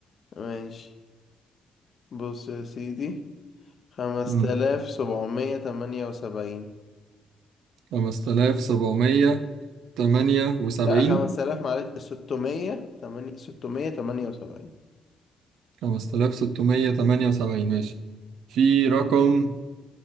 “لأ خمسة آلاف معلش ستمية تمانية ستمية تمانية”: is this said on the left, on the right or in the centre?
Left